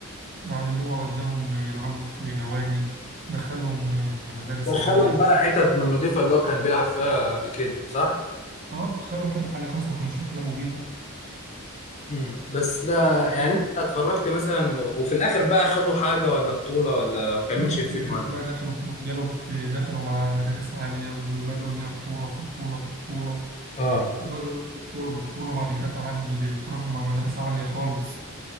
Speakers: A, on the right; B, on the left.
A: يعني اللي هو وداهم يلعبوا في نوادي دخلهم مدارس
B: دخلهم
A: عالية
B: بقى حتت من النضيفه اللي هو كان بيلعب فيها قبل كده صح
A: اه دخلهم حتت عالية خالص ما كانوش يحلموا بيها
B: امم بس ده يعني
A: و-
B: انت اتفرجت مثلا وفي الاخر بقى خدوا حاجه ولا بطوله ولا ما كملش
A: لا ده
B: الفيلم
A: في الآخر
B: ولا
A: بقى دخلوا في جالوا في دخلوا مع مدارس عالية وبدأوا اللي هي بطولة في بطولة في بطولة
B: اه
A: وبدأوا ياخدوا بطولة ببطولة بعد كده تعال تراهنوا مع مدرسة عالية خالص